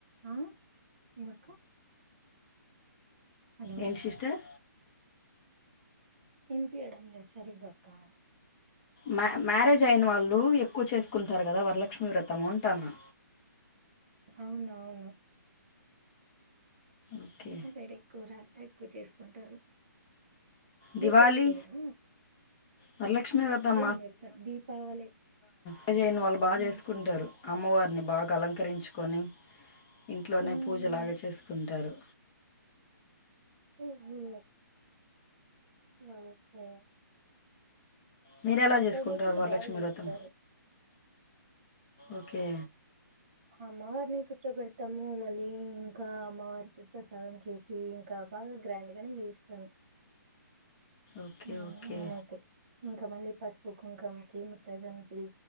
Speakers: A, on the right (about 35°); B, on the left (about 15°).
A: ఆ ఏమక్క హలో
B: ఏంటి సిస్టర్
A: ఇనిపియ్యడం లేదు సరిగ్గా అక్కా
B: మ్యా మ్యారేజ్ అయిన వాళ్ళు ఎక్కువ చేసుకుంటారు కదా వరలక్ష్మి వ్రతము అంటాన్న
A: అవునవును
B: ఓకే
A: మ్మ్ హు చెడి కూరా ఎక్కువ చేసుకుంటారు మీ
B: దివాళి
A: సైడ్ చేయరా
B: వరలక్ష్మి
A: మ్మ్
B: వ్రతం
A: అదే నేను చెప్తా దీపావళి.
B: పూజైన వాళ్ళు బాగా
A: ఉమ్,
B: చేసుకుంటారు అమ్మవారిని బాగా అలంకరించుకొని ఇంట్లోనే
A: ఉమ్,
B: పూజలాగ చేసుకుంటారు.
A: ఓహో ఆ ఓకే ప్చ్
B: మీరు ఎలా
A: మా
B: చేసుకుంటారు
A: సైడ్ అయితే
B: వరలక్ష్మి
A: బాగా చేస్తారు
B: వ్రతం ఓకే
A: అమ్మవారిని కూర్చోబెడతాము మళ్ళీ ఇంకా అమ్మవారికి ప్రసాదం చేసి ఇంకా బాగా గ్రాండ్ గానే చేస్తాం.
B: ఓకే
A: మ్మ్
B: ఓకే
A: నేనైతే ఇంక మళ్ళీ పసు పు కుంకమికి ముతైదువని పిలి